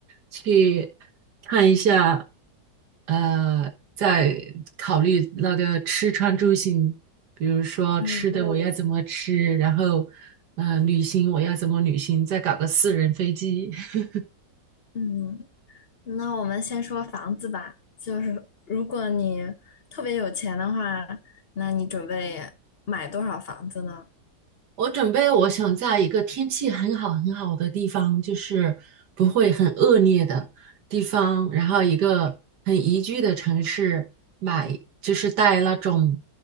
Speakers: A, on the right; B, on the left.
A: 去看一下，呃，再考虑那个吃穿住行，比如说吃的我嗯要怎么吃，
B: 嗯
A: 然后呃，旅行我要怎么旅行，再搞个私人飞机，<laughs>
B: 嗯，那我们先说房子吧。就是如果你特别有钱的话，那你准备买多少房子呢？
A: 我准备，我想在一个天气很好很好的地方，就是不会很恶劣的地方，然后一个很宜居的城市买，就是带那种